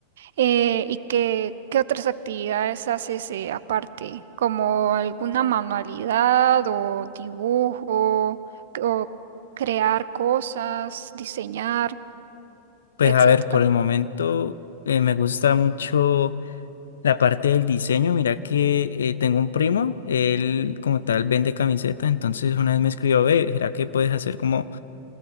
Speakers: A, on the right; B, on the left.
A: Eh, ¿y qué, qué otras actividades haces eh, aparte? ¿Como alguna manualidad o dibujo o crear cosas, diseñar?
B: Pues
A: etcétera.
B: a ver, por el momento eh, me gusta mucho. La parte del diseño, mira que eh, tengo un primo, él como tal vende camisetas, entonces una vez me escribió, ve, ¿será que puedes hacer como